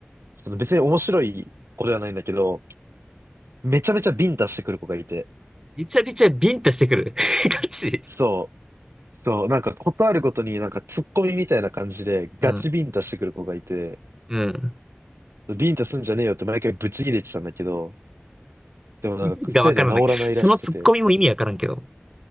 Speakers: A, on the right; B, on the right.
A: その別に面白い子ではないんだけど、めちゃめちゃビンタしてくる子がいて、
B: びちゃびちゃビンタしてくる。<laughs> ガチ。
A: そう、そう、なんかことあるごとになんかツッコミみたいな感じでガチビンタしてくる子がいて、
B: うん。うん。
A: ビンタすんじゃねえよって毎回ブチ切れてたんだけど、でもなんか癖で治らないらしくて、
B: 意味がわからない。そのツッコミも意味わからんけど。